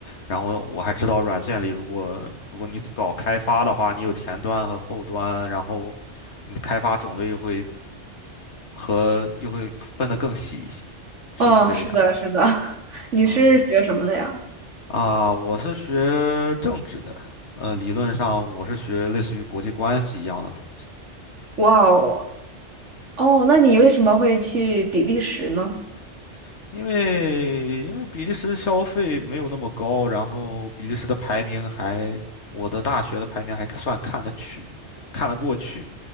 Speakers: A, on the left; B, on the right.
A: 然后我还知道软件里，如果如果你搞开发的话，你有前端和后端，然后你的开发种类又会和又会分得更细一些，是不是这个样？
B: 哦，是的，是的。<laughs> 你是学什么的呀？
A: 嗯啊，我是学政治的，呃，理论上我是学类似于国际关系一样的东
B: 哇哦，哦，那你为什么会去比利时呢？
A: 西，因为因为比利时消费没有那么高，然后比利时的排名还，我的大学的排名还算看得去，看得过去，